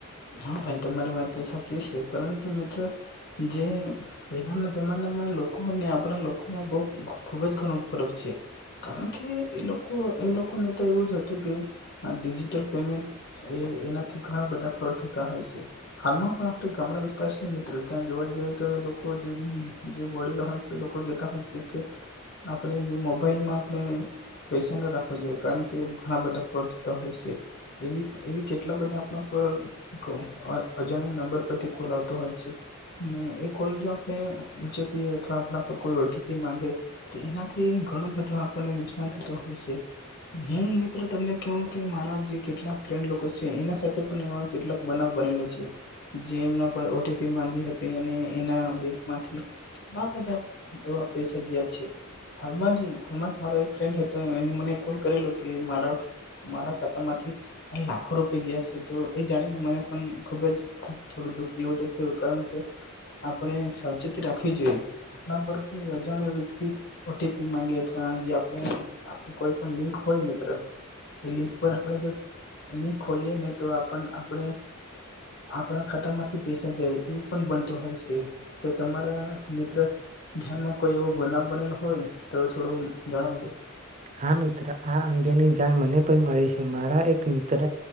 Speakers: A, on the left (about 50°); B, on the right (about 35°).
A: હા ભાઈ તમારી વાત તો સાચી છે. પરંતુ મે ત્ર જે પહેલાના જમાનામાં લોકોને આપણા લોકોમાં બહ ખુબ જ ઘણો ફરક છે કારણ કે એ લોકો એ લોકોને તો એવું જ હતું કે ડિજિટલ પેમેન્ટ એ એનાથી ઘણા બધા ફરોડ થ <inaudible> હાલમાં આપડા ગામડા વિસ્તાર <inaudible> ત્યાં જોવા જઈએ તો લોકો જે જે વડીલો હોય છે લોકો કેતા હોય છે. આપણે જે મોબાઈલમાં આપણે પૈસા ન રાખવા જોઈએ. કારણ કે ઘણા બધા ફ્રોડ થતા હોય છે એ એવી કેટલા બધા આપણા પર <unintelligible> અજાણ્યા નંબર પરથી કોલ આવતો હોય છે. એક કોલ જો આપણે ઉ્ચકીએ અથવા આપ પર કોઈ ઓ ટી પી માંગે તો એનાથી ઘણું બધું આ <unintelligible> હોય છે હું મિત્ર તમને. કેવ કે મારા જે કેટલાક ફ્રેન્ડ લોકો છે એના સાથે પણ એવા. કેટલાક બનાવ બનેલો છે, જે એમના ઓટીપી માંગી હતી અને એના બેંકમાંથી, કેટલા બધા એવા પૈસા ગયા છે, હાલ મા જ મારો એક ફ્રેન્ડ હતો. એને મને કોલ કરેલો કે મારા મારા ખાતા માંથી, લાખો રૂપિયા ગયા છે તો. એ જાણીને મને પણ ખુબ જ થોડું દુઃખ જેવું તો થયું, કારણ કે આપણે. સા વચેતી રાખવી જોઈએ. આપણા પર કોઈ અજાણ વ્યક્તિ, ઓટીપી માંગે અથવા જે આપણે આપ કોઈ પણ લિંક હોય મિત્રો, એ લિંક પર આપણે જો લિંક ખોલીએ ને તો. પણ આપણે, આપણા ખાતા માંથી પૈસા જાય એવું પણ બનતું હોય છે, તો તમારા મિત્ર ધ્યાનમાં કોઈ એવો બનાવ બનેલો હોય તો થોડું જણાવજો.
B: હા મિત્ર આ અંગેની જાણ મને પણ મળી છે મારા એક મિત્ર,